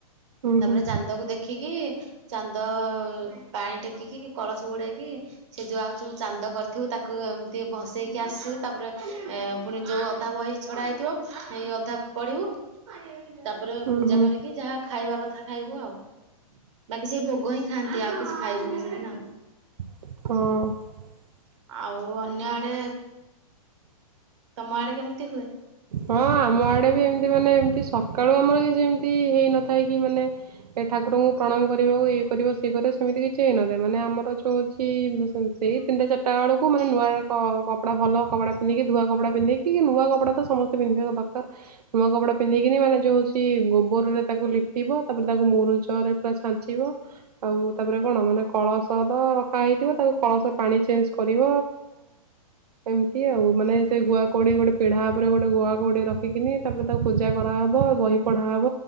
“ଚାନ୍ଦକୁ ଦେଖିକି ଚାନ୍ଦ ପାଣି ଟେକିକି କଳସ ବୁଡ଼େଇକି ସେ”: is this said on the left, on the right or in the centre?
Right